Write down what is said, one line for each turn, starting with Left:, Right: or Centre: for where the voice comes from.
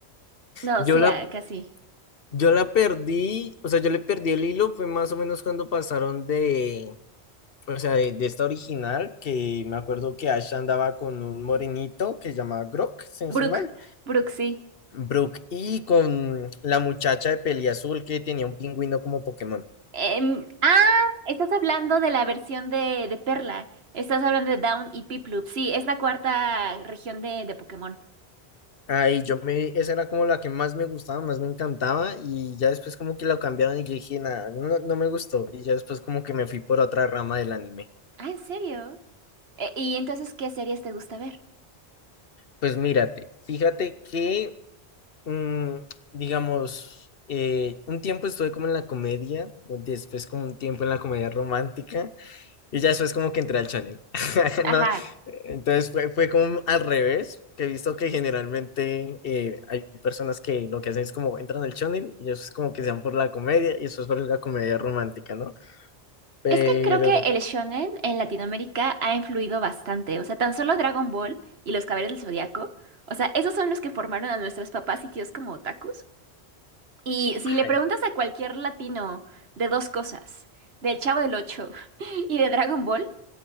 Right: No,
Left: Yo
Right: sí,
Left: la,
Right: ah, casi.
Left: yo la perdí, o sea, yo le perdí el hilo, fue más o menos cuando pasaron de, O sea, de, de esta original, que me acuerdo que Ash andaba con un morenito que se llama Grok, si no
Right: Brooke,
Left: estoy mal.
Right: Brooke, sí.
Left: Brook, y con la muchacha de peli azul que tenía un pingüino como Pokémon.
Right: Em, ah, estás hablando de la versión de, de Perla. Estás hablando de Down y Piplup. Sí, es la cuarta región de, de Pokémon.
Left: Ahí yo me, esa era como la que más me gustaba, más me encantaba, y ya después como que la cambiaron y yo dije, nada, no, no me gustó, y ya después como que me fui por otra rama del anime.
Right: Ah, ¿en serio? E- ¿Y entonces qué series te gusta ver?
Left: Pues mírate, fíjate que, mm, digamos, eh, un tiempo estuve como en la comedia, después como un tiempo en la comedia romántica, Y ya después como que entré al channel. <laughs>
Right: Ajá.
Left: No, entonces fue, fue como al revés, que he visto que generalmente eh, hay personas que lo que hacen es como entran al channel y eso es como que se van por la comedia y eso es por la comedia romántica, ¿no? Pero,
Right: Es que creo que el shonen en Latinoamérica ha influido bastante. O sea, tan solo Dragon Ball y los Caballeros del Zodiaco. O sea, esos son los que formaron a nuestros papás y tíos como otakus. Y si le
Left: ay,
Right: preguntas a cualquier latino de dos cosas, del Chavo del Ocho <laughs> y de Dragon Ball,